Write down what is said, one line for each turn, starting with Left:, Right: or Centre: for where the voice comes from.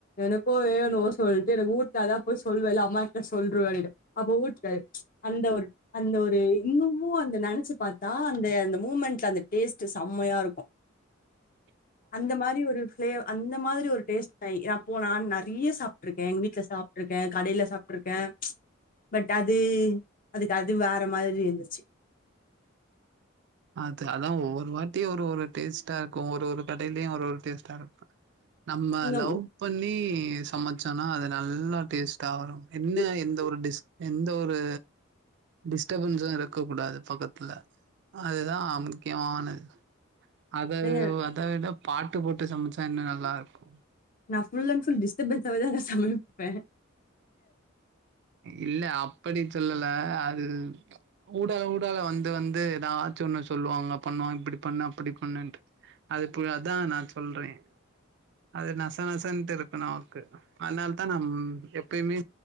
Left: எனக் கு வேன்னு சொல்ட்டு எனக்கு ஊட்னாதா போய் சொல்லுவே இல்ல அம்மாகிட்ட சொல்ட்ருவேனட்டு அப்போ ஊட்னாரு அந்த ஒரு அந்த ஒரு இன்னுமும் அந்த நெனைச்சு பாத்தா அந்த அந்த மூமெண்ட்ல அந்த டேஸ்ட் செம்மையாருக்கு
Right: உ
Left: அந்த மாதிரி ஒரு ஃபளே அந்த மாதிரி ஒரு டேஸ்ட் த நா போனான் நா நறைய சாப்ட்டுருக்கே எங்க வீட்ல சாப்ட்டுருக்கே கடையில சாப்ட்டுருக்கே பட் அது அதுக்கு அது வேற மாதிரி இருந்துச்சு
Right: அது அதா ஒவ்வொரு வாட்டியு ஒரு ஒரு டேஸ்ட்டாருக்கு ஒரு ஒரு கடையிலயு ஒரு ஒரு டேஸ்ட்டாருக்கு நம்ம
Left: நீங்க
Right: லவ் பண்ணி சமைச்சோன்னா அது நல்லா டேஸ்ட்டா வரு என்ன
Left: ம்
Right: எந்த ஒரு டிஸ் எந்த ஒரு டிஸ்டர்பன்ஸு இருக்க கூடாது பக்கத்துல அதுதா முக்கியமானது அத
Left: ஏங்க
Right: அத விட பாட்டு போட்டு சமைச்சா இன்னு நல்லாருக்கு
Left: நா ஃபுல்லன் ஃபுல் டிஸ்ட்பன்ஸ்சாவேதாங்க சமைப்பே
Right: இல்ல அப்பிடி சொல்லல்ல அது ஊடால ஊடால வந்து வந்து எதாச்சு ஒண்ணு சொல்லுவாங்க பண்ணுவாங் இப்படி பண்ணு அப்படி பண்ணுன்ட்டு அதுப்பு அதா நா சொல்றே அது நச நசன்ட்டுருக்கு நமக்கு அதனால தா நம் எப்பயுமே